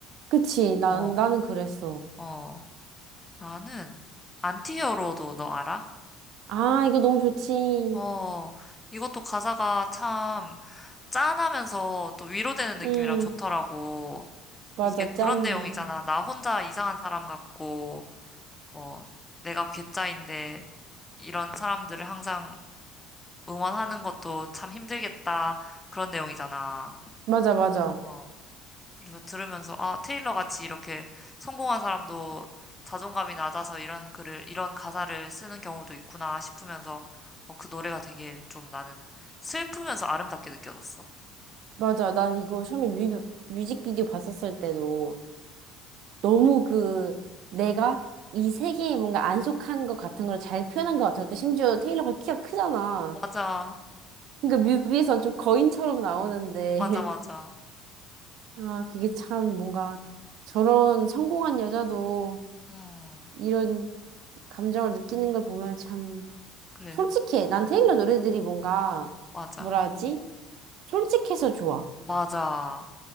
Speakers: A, on the right (about 65°); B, on the left (about 20°).
A: 그치, 난,
B: 어,
A: 나는 그랬어.
B: 어. 나는 안티히어로도 너 알아?
A: 아, 이거 너무 좋지.
B: 어, 이것도 가사가 참 짠하면서 또 위로되는 느낌이라
A: 음,
B: 좋더라고.
A: 맞아,
B: 이게
A: 짠해.
B: 그런 내용이잖아. 나 혼자 이상한 사람 같고, 뭐, 내가 괴짜인데, 이런 사람들을 항상 응원하는 것도 참 힘들겠다. 그런 내용이잖아.
A: 맞아, 맞아.
B: 어. 그래서 들으면서, 아, 테일러 같이 이렇게 성공한 사람도 자존감이 낮아서 이런 글을, 이런 가사를 쓰는 경우도 있구나 싶으면서, 어, 그 노래가 되게 좀 나는 슬프면서 아름답게 느껴졌어.
A: 맞아, 난 이거 처음에 뮤, 뮤직비디오 봤었을 때도 너무 그, 내가 이 세계에 뭔가 안 속한 것 같은 걸 잘 표현한 것 같은 것도 심지어 테일러가 키가 크잖아.
B: 맞아.
A: 그러니까 뮤비에서 좀 거인처럼 나오는데
B: 맞아, 맞아.
A: <laughs> 아 그게 참 뭔가 저런 성공한 여자도
B: 음,
A: 이런 감정을 느끼는 걸 보면 참
B: 그래.
A: 솔직해. 난 테일러 노래들이 뭔가
B: 맞아.
A: 뭐라 하지? 솔직해서 좋아.
B: 맞아.